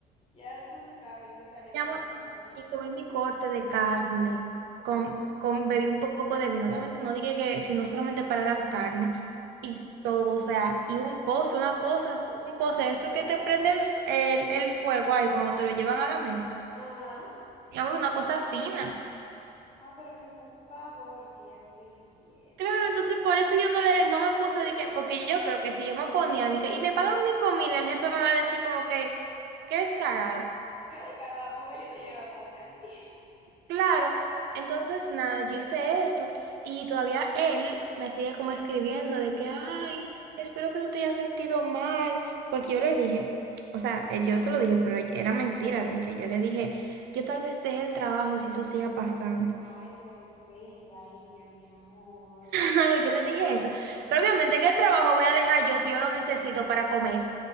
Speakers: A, on the left; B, on the right.
A: ya tú sabes, te salió
B: Mi
A: mucho
B: amor,
A: mejor.
B: y comí mi corte de carne. Con, con, bebí un poco de vino. Obviamente no dije que, sino solamente para la carne. Y todo, o sea, y un pozo, una cosa, un pozo, eso que te prenden f- el, el fuego ahí cuando te lo llevan a la mesa.
A: Ajá.
B: Mi amor, una cosa fina.
A: Ah, pero que fue un favor que ya te hicieron.
B: Claro, entonces por eso yo no le, no me puse de que, porque yo creo que si yo me ponía de que, y me pagan mi comida, el jefe me va a decir como que, qué descarada.
A: Qué descarada, porque yo te llevo a comer a ti.
B: Claro, entonces nada, yo hice eso y todavía él me sigue como escribiendo de que, ay, espero que no te hayas sentido mal, porque yo le dije, o sea, eh, yo se lo dije, pero era mentira de que yo le dije, yo tal vez deje el trabajo si eso siga pasando.
A: <laughs>
B: <laughs>
A: Ay, pero perra ella, mi amor.
B: Claro, yo le dije eso, pero obviamente, ¿qué trabajo voy a dejar yo si yo lo necesito para comer?